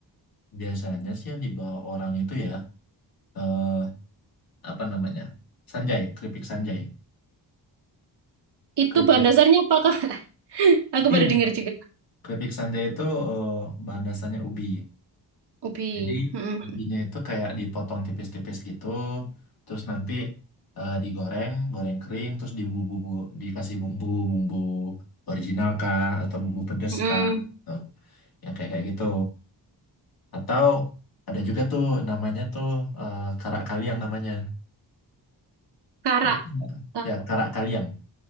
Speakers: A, on the left; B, on the right.
A: Biasanya sih yang dibawa orang itu ya eh, apa namanya sanjai keripik sanjai
B: Itu
A: keripik
B: bahan dasarnya apa Kak? <laughs> Aku
A: ubi
B: baru dengar juga.
A: keripik sanjai itu eh, bahan dasarnya ubi
B: Ubi.
A: jadi
B: Mm-mm.
A: ubinya itu kayak dipotong tipis-tipis gitu terus nanti eh, digoreng goreng kering terus dibumbu dikasih bumbu bumbu original kah atau bumbu pedes
B: Mm-mm.
A: kah tuh yang kayak kayak gitu atau ada juga tuh namanya tuh eh, karak kaliang namanya
B: Karak.
A: Dia-
B: Ka-
A: ya karak kaliang